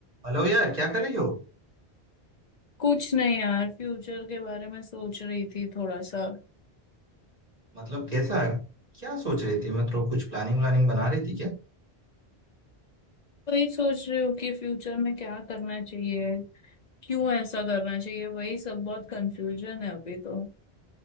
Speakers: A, on the right; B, on the left.
A: Hello यार क्या कर रही हो
B: कुछ नहीं यार फ्यूचर के बारे में सोच रही थी थोड़ा सा
A: मतलब कैसा क्या सोच रही थी मतलब कुछ प्लानिंग व्लानिंग बना रही थी क्या
B: वही सोच रही हूँ कि फ्यूचर में क्या करना चाहिए क्यों ऐसा करना चाहिए वही सब बहुत कंफ्यूजन है अभी तो